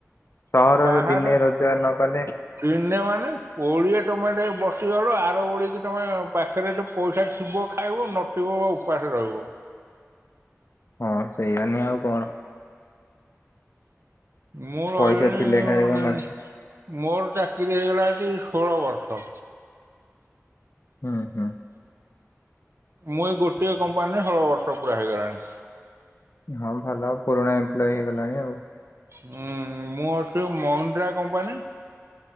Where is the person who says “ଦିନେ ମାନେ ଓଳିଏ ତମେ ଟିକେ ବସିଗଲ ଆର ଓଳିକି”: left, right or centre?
Right